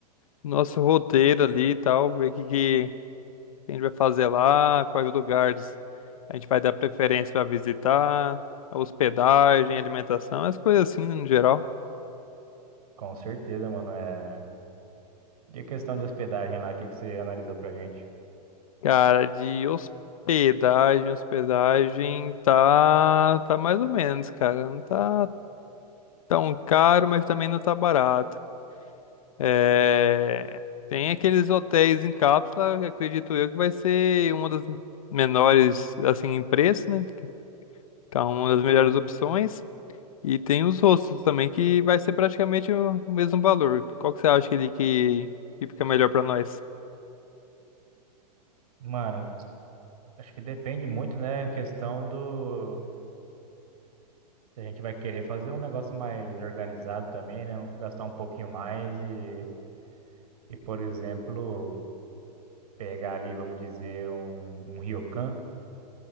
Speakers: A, on the left; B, on the right.
A: nosso roteiro ali e tal, ver o que, que a gente vai fazer lá, quais lugares a gente vai dar preferência para visitar, a hospedagem, alimentação, as coisas assim, né, no geral.
B: Com certeza, mano. É. E a questão de hospedagem lá, o que que você analisou pra gente?
A: Cara, de hospedagem, hospedagem tá, tá mais ou menos, cara. Não tá tão caro, mas também não tá barato. É, tem aqueles hotéis em cápsula, que acredito eu que vai ser uma das menores assim em preço, né? Então, uma das melhores opções. E tem os rostos também, que vai ser praticamente o, o mesmo valor. Qual que você acha que ele que, que fica melhor pra nós?
B: Mano, acho que depende muito, né? A questão do. Se a gente vai querer fazer um negócio mais organizado também, né? Gastar um pouquinho mais e. E, por exemplo. pegar ali, vamos dizer, um, um ryokan,